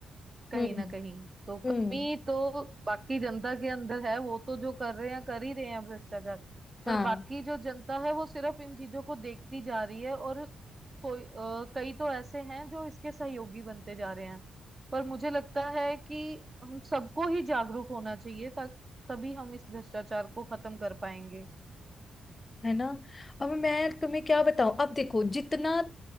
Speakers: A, on the right; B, on the left.
A: कहीं
B: हम्म
A: ना कहीं तो
B: हम्म
A: कमी तो बाकी जनता के अंदर है वो तो जो कर रहे हैं कर ही रहे हैं भ्रष्टाचार पर
B: हाँ
A: बाकी जो जनता है वो सिर्फ इन चीजों को देखती जा रही है और कोई अ, कई तो ऐसे हैं जो इसके सहयोगी बनते जा रहे हैं पर मुझे लगता है कि हम सबको ही जागरूक होना चाहिए ता- तभी हम इस भ्रष्टाचार को खत्म कर पाएंगे
B: है ना अब मैं तुम्हें क्या बताऊं अब देखो जितना